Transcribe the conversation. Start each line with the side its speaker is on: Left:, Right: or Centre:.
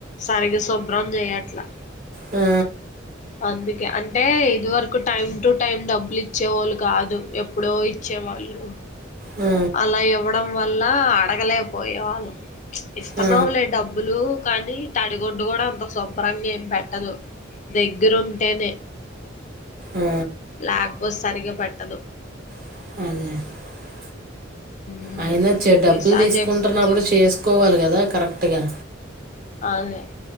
Left: సరిగ శుభ్రం చేయట్లా
Right: ఆ,
Left: అందు అంటే ఇది వరకు టైమ్ టు టైం డబ్బులు ఇచ్చేవోళ్ళు కాదు ఎప్పుడో ఇచ్చే వాళ్ళు
Right: ఆ,
Left: అలా ఇవ్వడం వల్ల అడగలేకపోయేవాళ్ళు ఇస్తన్నావులే
Right: ఆ,
Left: డబ్బులు కానీ తడిగుడ్డు కూడా అంత శుభ్రంగా ఏం పెట్టదు దగ్గర ఉంటేనే
Right: ఆ,
Left: లే సరిగ పెట్టదు
Right: <inaudible>
Left: ఉమ్,
Right: అయినా డబ్బులు
Left: ఈసారి
Right: తీసుకుంటున్నప్పుడు
Left: చెప్
Right: చేసుకోవాలి కదా కరెక్టుగా
Left: అదె